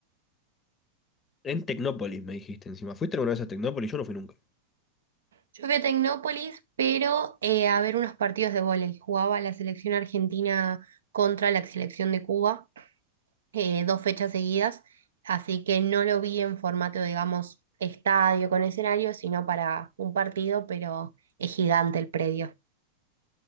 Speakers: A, on the left (about 25°); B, on the right (about 65°).
A: En Tecnópolis, me dijiste encima. ¿Fuiste alguna vez a Tecnópolis? Yo no fui nunca.
B: Yo fui a Tecnópolis, pero eh, a ver unos partidos de vóley. Jugaba la selección argentina contra la selección de Cuba, eh, dos fechas seguidas, así que no lo vi en formato, digamos, estadio con escenario, sino para un partido, pero es gigante el predio.